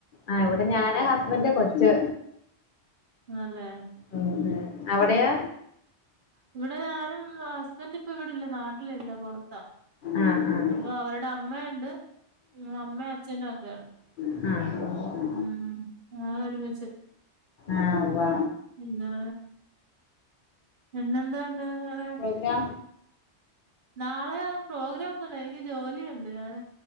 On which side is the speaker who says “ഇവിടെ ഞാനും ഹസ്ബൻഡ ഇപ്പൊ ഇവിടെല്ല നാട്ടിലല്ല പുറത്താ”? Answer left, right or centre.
Right